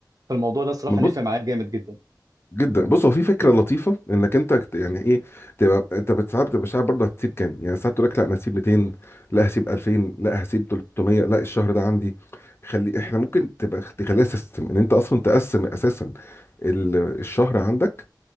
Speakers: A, on the right; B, on the left.
A: فالموضوع ده صراحه
B: ما بص
A: نفع معايا جامد جدا
B: جدا بص هو في فكره لطيفه انك انت كت- يعني ايه تبقى انت بت- ساعات بتبقى مش عارف برضه هتسيب كام يعني ساعات تقول لك لا انا هسيب 200 لا هسيب 2000 لا هسيب 300 لا الشهر ده عندي خلي احنا ممكن تبقى تخليها سيستم ان انت اصلا تقسم اساسا ال- الشهر عندك